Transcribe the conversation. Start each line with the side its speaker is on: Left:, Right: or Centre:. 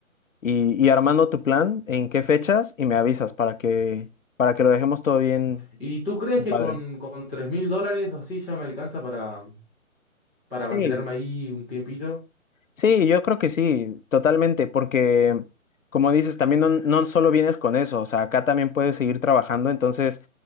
Left: y, y armando tu plan, en qué fechas, y me avisas para que, para que lo dejemos todo bien,
Centre: ¿Y tú crees
Left: bien
Centre: que
Left: padre.
Centre: con, con tres mil dólares o así ya me alcanza para, para
Left: Sí,
Centre: mantenerme ahí un tiempito?
Left: Sí, yo creo que sí, totalmente, porque como dices, también no, no solo vienes con eso, o sea, acá también puedes seguir trabajando, entonces